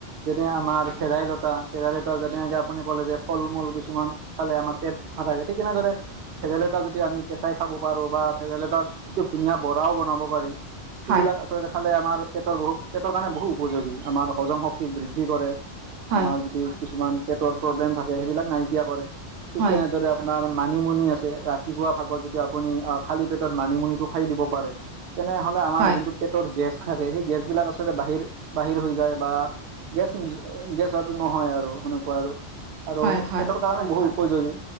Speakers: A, on the right (about 60°); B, on the right (about 85°).
A: যেনে আমাৰ ভেদাইলতা-ভেদাইলতা যেনেকে আপুনি ক'লে যে ফল মূল কিছুমান খালে আমাৰ পেট ভাল হয়, ঠিক এনেদৰে ভেদাইলতা যদি আমি কেঁচাই খাব পাৰোঁ বা ভেদাইলতাৰ খুব ধুনীয়া বৰাও বনাব পাৰি।
B: হয়
A: এইবিলাক আচলতে খালে আমাৰ পেটৰ বহুত পেটৰ কাৰণে বহুত উপযোগী, আমাৰ হজম শক্তি বৃদ্ধি কৰে।
B: হয়
A: আমাৰ যদি কিছুমান পেটৰ প্ৰব্লেম থাকে, সেইবিলাক নাইকিয়া কৰে, ঠিক
B: হয়
A: তেনেদৰে আপোনাৰ মানিমুনি আছে, ৰাতিপুৱা ভাগত যদি আপুনি অ খালি পেটত মানিমুনিটো খাই দিব পাৰে। তেনেহ'লে আমাৰ
B: হয়
A: যোনটো পেটৰ গেছ থাকে, সেই গেছবিলাক আচলতে বাহিৰ-বাহিৰ হৈ যায় বা গেছ <unintelligible> গেছ আৰু নহয় আৰু সেনেকুৱা আৰু। আৰু
B: হয় হয়
A: পেটৰ কাৰণে বহুত উপযোগী,